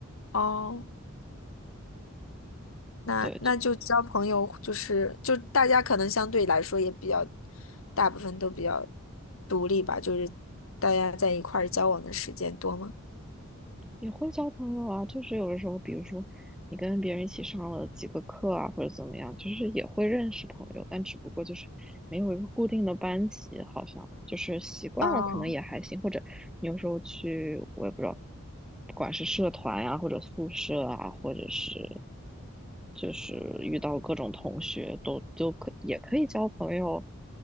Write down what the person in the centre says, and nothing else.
对，
也会交朋友啊，就是有的时候，比如说你跟别人一起上了几个课啊，或者怎么样，就是也会认识朋友，但只不过就是没有一个固定的班级，好像就是习惯了，
可能也还行。或者你有时候去，我也不知道，不管是社团呀、或者宿舍啊，或者是就是遇到各种同学都都可也可以交朋友，